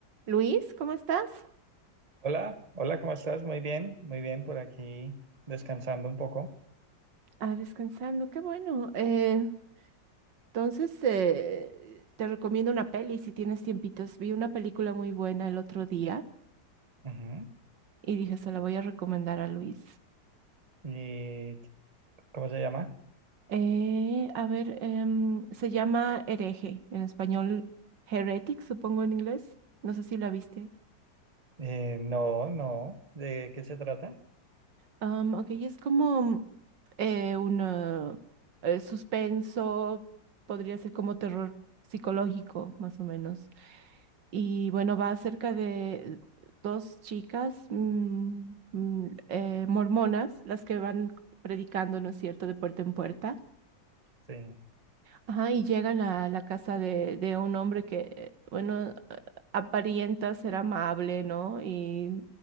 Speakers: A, on the right; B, on the right.
A: Luis, ¿cómo estás?
B: Hola, hola, ¿cómo estás? Muy bien, muy bien, por aquí descansando un poco.
A: Ah, descansando, qué bueno. Eh, entonces, eh, te recomiendo una peli si tienes tiempitos. Vi una película muy buena el otro día
B: Ujú.
A: y dije, se la voy a recomendar a Luis.
B: ¿Y cómo se llama?
A: Eh, a ver, em, se llama Hereje, en español Heretic, supongo en inglés. No sé si la viste.
B: Eh, no, no, ¿de qué se trata?
A: Am, ok, es como eh, un eh, suspenso, podría ser como terror psicológico, más o menos. Y bueno, va acerca de dos chicas mm, mm, eh, mormonas, las que van predicando, ¿no es cierto?, de puerta en puerta.
B: Sí.
A: Ajá, y llegan a la casa de, de un hombre que, bueno, a- aparenta ser amable, ¿no? Y,